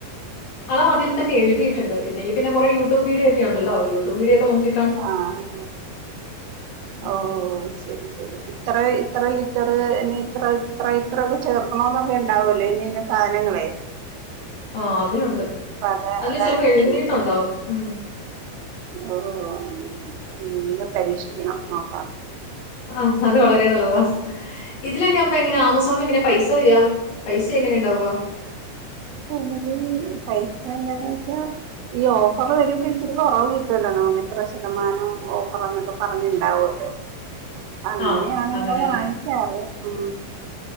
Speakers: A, on the left; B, on the right.
A: അളവ് അതിൽ തന്നെ എഴുതിട്ടുണ്ട് ഇല്ലെങ്കി പിന്നെ കൊറേ യൂട്യൂബ് വീഡിയോ ഒക്കെ ഉണ്ടല്ലോ യൂട്യൂബ് വീഡിയോ ഒക്കെ നോക്കീട്ട്
B: ആഹ്
A: ഉം.
B: ഓ ശരി ശരി ഇത്ര ഇത്ര ലിറ്ററ് ഇ ഇത്ര ഇത്ര ഇത്രൊക്കെ ചേർക്കണോന്നൊക്കെ ണ്ടാവുല്ലേ ഇനിന്ന സാനങ്ങളെ
A: ആഹ് അതിലുണ്ട്
B: അത
A: അതില്
B: അതാ
A: ചിലപ്പോ
B: ഞാൻ
A: എഴുതിയിട്ടുണ്ടാവും
B: ചോയിച്ചത്
A: ഉം.
B: ഓ അങ്ങനെ അങ്ങനെ എല്ല പരീക്ഷിക്കണം നോക്കാം
A: ആഹ് അത് വളരെ നല്ലതാ ഇതിലെക്കെ പ്പ എങ്ങനെ ആമസോണിൽ എങ്ങനെ പൈസ വരിക പൈസ എങ്ങനെ ഉണ്ടാവുക
B: ഫോണില് പൈസ ഉണ്ടോന്ന് വെച്ചാ ഈ ഓഫർ വരുമ്പോ ഇച്ചിരി കൊറവ് കിട്ടുവല്ലോ നമുക്ക് ഇത്ര ശതമാനം ഓഫർ എന്നൊക്കെ പറഞ്ഞുണ്ടാവോല്ലോ
A: <inaudible>
B: അങ്ങനെയാണ്
A: ആ അങ്ങനെയല്ലേ
B: ഇവിടെ വാങ്ങിക്കാറ് ഉം